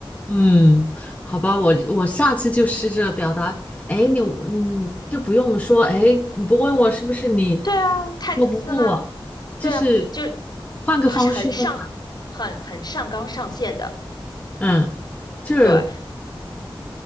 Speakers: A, on the left; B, on the left.
A: 嗯，好吧，我我下次就试着表达。哎，你你就不用说，哎，你不问我是不是你，你
B: 对啊，太自私啦！
A: 我不问我，就是
B: 对啊，就
A: 换个方式问嘛。
B: 很上，很很上纲上线的，
A: 嗯，就是
B: 对，